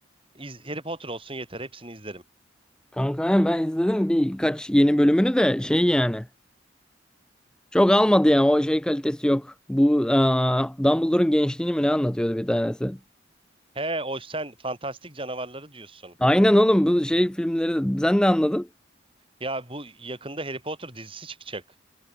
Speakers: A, on the right; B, in the centre.
A: İz, Harry Potter olsun yeter hepsini izlerim.
B: Kanka ya ben izledim birkaç yeni bölümünü de şey yani. Çok almadı yani o şey kalitesi yok. Bu aa, Dumbledore'un gençliğini mi ne anlatıyordu bir tanesi.
A: He o sen fantastik canavarları diyorsun.
B: Aynen oğlum bu şey filmleri sen de anladın.
A: Ya bu yakında Harry Potter dizisi çıkacak.